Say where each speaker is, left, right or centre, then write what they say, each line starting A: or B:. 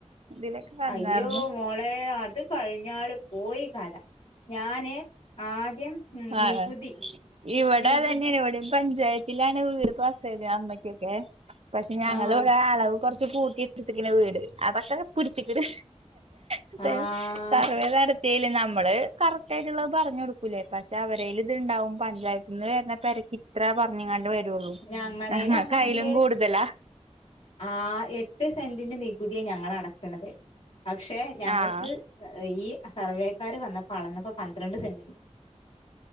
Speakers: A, on the right; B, on the left.
A: ഇതിലൊക്കെ വന്നായിരുന്നു
B: അയ്യോ മോളെ അത് കഴിഞ്ഞാല് പോയി കഥ ഞാന് ആദ്യം ഉം നികുതി
A: ആണോ ഇവിടതന്നെയാണ്
B: നികുതി
A: ഇവിടെയും പഞ്ചായത്ത് വീട്ടിലാണ് വീട് പസായത് അമ്മയ്ക്കൊക്കെ പക്ഷെ ഞങ്ങളിവിടെ
B: ആഹ്
A: അളവും കൊറച്ച് കൂട്ടിയെടുത്തിരിക്കുന്ന വീട് അതൊക്കെ പിടിച്ചിക്കിട് പക്ഷെ
B: ആഹ്
A: സർവേ നടത്തിയല് നമ്മള് കറക്റ്റ് ആയിട്ട പറഞ്ഞു കൊടുക്കൂലേ പക്ഷെ അവരേലിത് ഇണ്ടാവും പഞ്ചായത്ത്ന്ന് വരുന്ന പെരക്ക് ഇത്ര പറഞ്ഞിങ്ങാണ്ട്
B: ഞങ്ങളേല്
A: ങ്ങ
B: അങ്ങനെണ്ട്
A: ക്കയിലും കൂടുതലാ
B: ആ എട്ട് സെന്റിന്റെ നികുതിയെ ഞങ്ങളടക്കണത് പക്ഷെ ഞങ്ങൾക്ക്
A: ആഹ്
B: ഈ സർവേക്കാര് വന്നപ്പോ അളന്നപ്പോ പന്ത്രണ്ട് സെന്റിണ്ട്